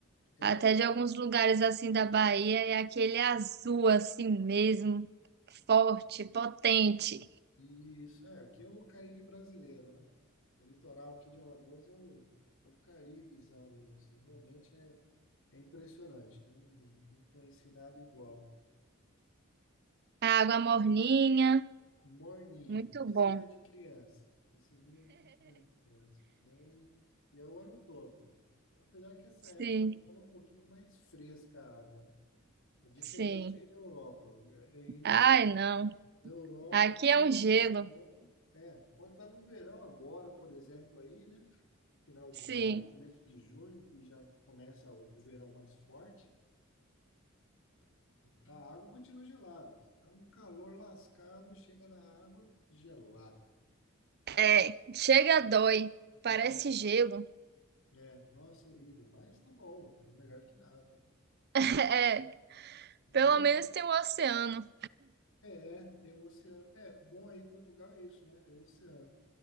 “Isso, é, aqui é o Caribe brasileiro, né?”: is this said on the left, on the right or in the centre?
Left